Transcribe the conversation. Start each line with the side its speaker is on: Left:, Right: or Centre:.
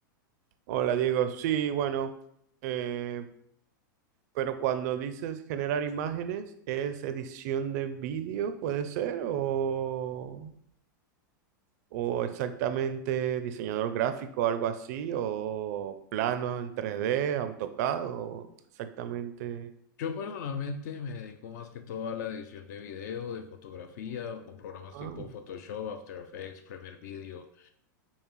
Right: Hola Diego, sí, bueno, eh, pero cuando dices generar imágenes, ¿es edición de vídeo, puede ser? ¿O, o exactamente diseñador gráfico, algo así? ¿O plano en tres d AutoCAD? ¿O exactamente?
Left: Yo personalmente me dedico más que todo a la edición de video, de fotografía, con programas
Right: Ah,
Left: tipo Photoshop, After Effects, Premiere Video.